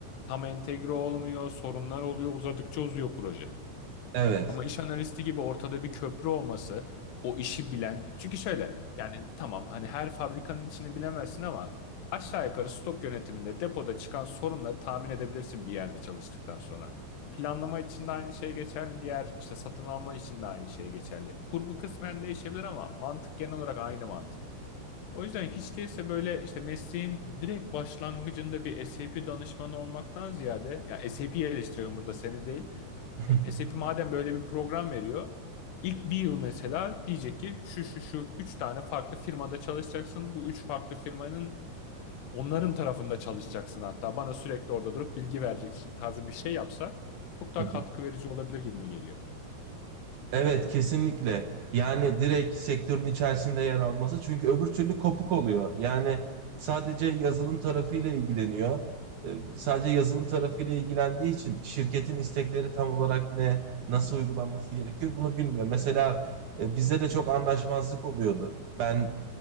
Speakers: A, on the left; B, on the right.
A: tam entegre olmuyor, sorunlar oluyor, uzadıkça uzuyor proje.
B: Evet.
A: Ama iş analisti gibi ortada bir köprü olması, o işi bilen. Çünkü şöyle yani tamam hani her fabrikanın içini bilemezsin ama aşağı yukarı stok yönetiminde depoda çıkan sorunları tahmin edebilirsin bir yerde çalıştıktan sonra. Planlama için de aynı şey geçerli, diğer işte satın alma için de aynı şey geçerli. Kurgu kısmen değişebilir ama mantık genel olarak aynı mantık. O yüzden hiç değilse böyle işte mesleğin direkt başlangıcında bir SAP danışmanı olmaktan ziyade, yani SAP'yi eleştiriyorum burada seni değil.
B: <laughs>
A: E, SAP madem böyle bir program veriyor, ilk bir yıl mesela diyecek ki şu şu şu üç tane farklı firmada çalışacaksın. Bu üç farklı firmanın onların tarafında çalışacaksın hatta. Bana sürekli orada durup bilgi vereceksin tarzı bir şey yapsa çok daha
B: Hı hı.
A: katkı verici olabilir gibime geliyor.
B: Evet kesinlikle. Yani direkt sektörün içerisinde yer alması. Çünkü öbür türlü kopuk oluyor. Yani sadece yazılım tarafıyla ilgileniyor. Ee, Sadece yazılım tarafıyla ilgilendiği için şirketin istekleri tam olarak ne, nasıl uygulanması gerekiyor bunu bilmiyor. Mesela e, bizde de çok anlaşmazlık oluyordu. Ben